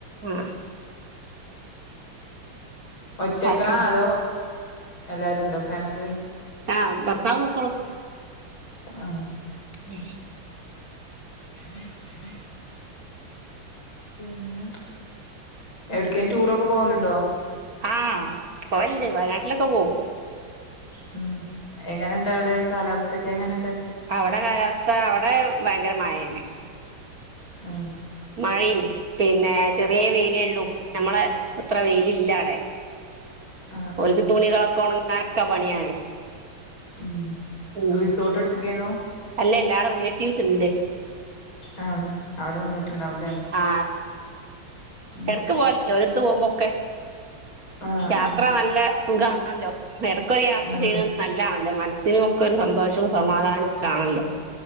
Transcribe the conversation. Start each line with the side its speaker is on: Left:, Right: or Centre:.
Right: മ്
Left: ഒറ്റക്കാ
Right: ആക്കെ
Left: അതോ എല്ലാരും ഉണ്ടോ ഫാമിലി
Right: ആ പപ്പാവും ഉപ്പയും
Left: ആ
Right: <unintelligible>
Left: <inaudible> പിന്നെ എവിടേക്കെങ്കിലും ടൂർ ഒക്കെ പോവലുണ്ടോ
Right: ആ പോവലുണ്ട് വയനാട്ടിൽ ഒക്കെ പോവും
Left: <unintelligible> എങ്ങനേഇണ്ട് അവിടെ കാലാവസ്ഥക്കെ എങ്ങനെണ്ട്
Right: അവിടെ കാലാവസ്ഥ അവിടെ ഭയങ്കര മഴ ആണ്
Left: മ്
Right: മഴയും പിന്നെ ചെറിയ വെയിലെ ഒള്ളു നമ്മളെ അത്ര വെയിൽ ഇല്ല അവിടെ
Left: ആഹ്
Right: ഓല്ക്ക്
Left: ആഹ്
Right: തുണികളൊക്കെ ഒണങ്ങ അതൊക്കെ പണിയാണ്
Left: <unintelligible>
Right: ഉം
Left: റിസോർട്ട് എടുത്തക്കയ്ഞ്ഞു
Right: അല്ല എല്ലാരെ റിലേറ്റീവ്സ് ഇണ്ട്
Left: ആഹ് അവിടെ നിന്നിട്ടുണ്ടാവുംല്ലേ
Right: ആ
Left: ഉം
Right: എടക്ക് പോവലിണ്ട് ഓലെഅടുത്ത് പോവുമ്പോ ക്കെ
Left: ആഹ്
Right: യാത്ര
Left: ആഹ്
Right: നല്ല സുഖാണല്ലോ നേര ക്കൊരു യാത്ര
Left: ഉം
Right: ചെയ്യുന്നത് നല്ലാ മനസിനൊക്കൊരു സന്തോഷവും സമാധാനമൊക്കെ ആണല്ലോ